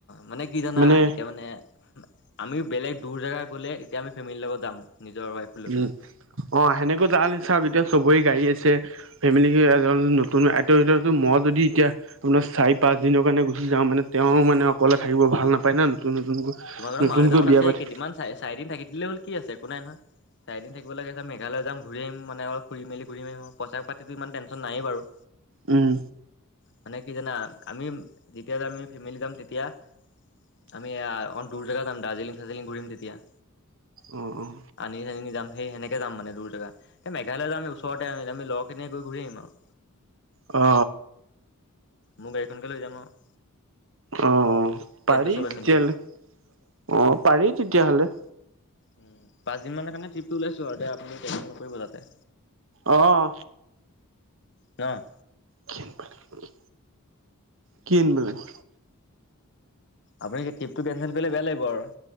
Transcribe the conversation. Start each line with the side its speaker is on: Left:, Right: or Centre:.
Left: মানে কি জানা
Right: মানে
Left: এতিয়া মানে- আমি বেলেগ দুৰৰ জেগা গ'লে তেতিয়া আমি ফেমিলিৰ লগত যাম নিজৰ ৱাইফ। লৈ
Right: উম,
Left: পেলাই
Right: অ সেনেকৈ যা চবৰ আৰু এতিয়া চবৰে গাড়ী আছে। ফেমিলি এজন নতুন আইতৰ ভিতৰতো মই যদি এতিয়া- আপোনাৰ চাৰি পাঁচ দিনৰ কাৰণে গুচি যাওঁ মানে তেওঁ মানে অকলে থাকিব ভাল নাপায় না নতুন নতুনকৈ।
Left: তোমাৰ ঘৰ
Right: নতুনকৈ
Left: মাৰ দেওতা
Right: বিয়া
Left: আছে
Right: পাতি
Left: কেইদিন চাৰিদিন থাকি দিলে হ'ল কি আছে একো নাই নহয়। চাৰিদিন থাকিব লাগে আছে মেঘালয় যাম ঘূৰিম মানে অলপ ঘূৰিম ফুৰি মেলিম ঘূৰিম পইচা পাতিটো ইমান টেনচন নাই বাৰু।
Right: উম।
Left: মানে কি জানা আমি যেতিয়া যে আমি ফেমিলি যাম তেতিয়া- আমি অকণ দূৰ জেগাত যাম দাৰ্জিলিং চাৰ্জিলিং ঘূৰিম তেতিয়া।
Right: অঁহ অঁহ।
Left: আনি চানি নি যাম সেই সেনেকৈ যামান দূৰ জেগা এই মেঘালয় যামি ওচৰতে জাম আমি লগৰখিনিয়ে গৈ ঘূৰি আহিম আৰু।
Right: অ।
Left: মোৰ গাড়ীখনকে লৈ যাম আৰু।
Right: অ অ
Left: তেলটো
Right: পাৰি
Left: চবে
Right: তেতিয়াহলে,
Left: মিলাম
Right: অ পাৰি তেতিয়া হ'লে।
Left: উম পাঁচ দিনৰ কাৰণে ত্ৰিপ ওলাইছো আৰু আপুনি টেনচন নকৰিব যাতে।
Right: অহ।
Left: ন?
Right: কি আনিব লাগে, কি আনিব লাগে?
Left: আপুনি ট্ৰিপটো কেনচেল কৰিলে বেয়া লাগিব আৰু,